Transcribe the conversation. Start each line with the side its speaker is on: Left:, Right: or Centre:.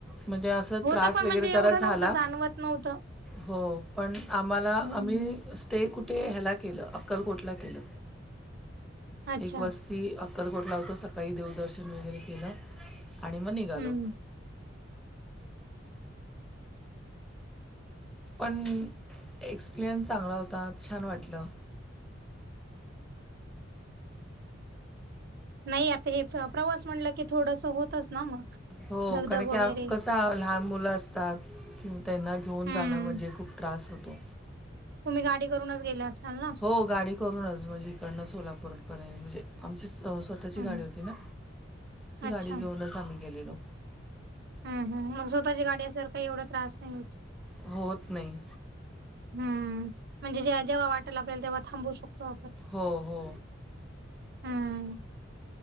Centre: म्हणजे असं. तर
Right: होतं
Centre: त्रास
Right: पण
Centre: वगैरे
Right: म्हणजे
Centre: जरा
Right: एवढं
Centre: झाला.
Right: नव्हतं जाणवत नव्हतं.
Centre: हो पण आम्हाला
Right: हम्म.
Centre: आम्ही ते कुठे ह्याला केलं. अक्कलकोटला केलं
Right: अच्छा
Centre: एक वस्त ती अक्कलकोटला होतो. सकाळी देवदर्शन वगैरे केलं आणि मग निघालो.
Right: हम्म
Centre: पण एक्सपिरियन्स चांगला होता छान वाटलं.
Right: नाही. आता हे प्रवास म्हणलं की थोडस होतच ना मग.
Centre: हो,
Right: धगधग
Centre: कारण
Right: वगैरे
Centre: की कस. का लहान मुलं असतात. त्यांना घेऊन
Right: हम्म
Centre: जाणं म्हणजे खूप त्रास होतो.
Right: तुम्ही गाडी करूनच गेला असाल ना.
Centre: हो, गाडी करूनच म्हणजे इकडनं सोलापूरपर्यंत म्हणजे आमचीच स्वतः ची
Right: हम्म
Centre: गाडी होती. ना ती
Right: अच्छा
Centre: गाडी घेऊनच आम्ही गेलेलो.
Right: हम् हम, मग स्वतःच्या गाडी असल्यावर एवढा त्रास नाही होत.
Centre: होत नाही.
Right: हम्म, म्हणजे जेव्हा जेव्हा वाटला आपल्याला तेव्हा थांबू शकतो आपण.
Centre: हो हो.
Right: हम्म